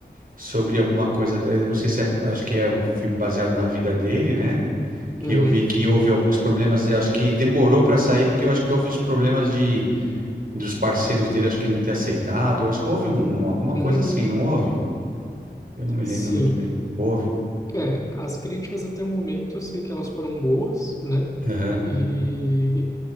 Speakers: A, on the right; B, on the left.
A: sobre alguma coisa, eu não sei se é, acho que é um filme baseado na vida dele, né? Que
B: uhum,
A: eu vi que houve alguns problemas, eu acho que demorou para sair, porque eu acho que houve os problemas de dos parceiros dele, acho que não ter aceitado, eu acho que houve um, alguma coisa
B: uhum.
A: assim, não houve? Eu não me
B: Sim.
A: lembro muito bem. Houve.
B: É, as críticas até o momento eu sei que elas foram boas, né?
A: Aham.
B: E